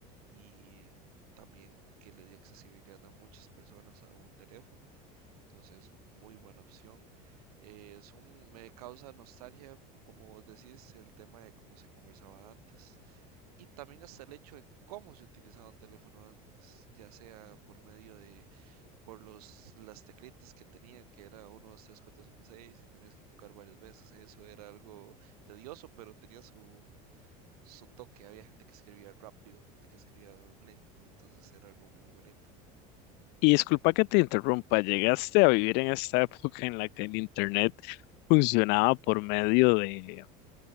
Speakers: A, on the right; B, on the left.
A: y también que le dio accesibilidad a muchas personas a un teléfono. Entonces, muy buena opción. Eh, son, me causa nostalgia, como vos decís, el tema de cómo se conversaba antes y también hasta el hecho de cómo se utilizaba un teléfono antes, ya sea por medio de, por los, las teclitas que tenían, que era uno 2 3 4 5 6 y tenías que tocar varias veces. Eso era algo tedioso, pero tenía su, su toque. Había gente que escribía rápido, gente que escribía lento, entonces era algo muy bonito.
B: Y disculpa que te interrumpa, ¿llegaste a vivir en esta <laughs> época en la que el internet funcionaba por medio de,